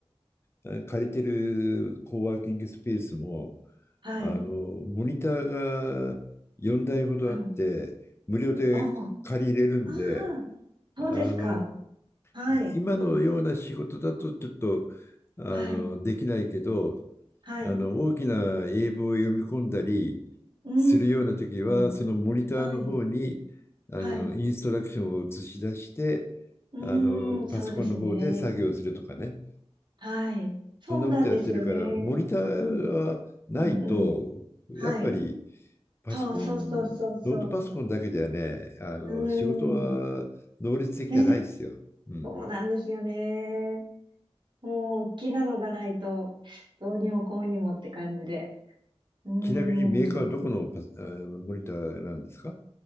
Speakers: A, on the left (about 25°); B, on the right (about 45°).
A: えー借りてるコワーキングスペースも、
B: はい。
A: あの、モニターが4台ほどあって、
B: うん、
A: 無料で借りれるんで、
B: おああー、そうですか。
A: あの、
B: はい、
A: い今のような仕事だとちょっと、あの、
B: はい、
A: できないけど、
B: はい。
A: あの、大きな英文を読み込んだり
B: うー
A: するような時は、
B: ん、
A: そのモニターの方に、
B: はい、
A: あの、
B: はい。
A: インストラクションを映し出して、
B: うーん、
A: あの、パソコンの方で作業するとかね。
B: そうですね。はい。そうなんですよね。
A: そんなことやってるから、モニターはないと、
B: うん、うん。
A: やっぱり
B: はい。
A: パソコン、
B: そうそうそうそうそう。
A: ノートパソコンだけじゃね、あの仕事は能率的じゃないですよ。
B: うーん。ね、
A: うん。
B: そうなんですよね。もう、大きなのがないと、どうにもこうにもって感じで。うー
A: ちなみにメーカーはどこのパス、
B: ん。
A: あのモニターなんですか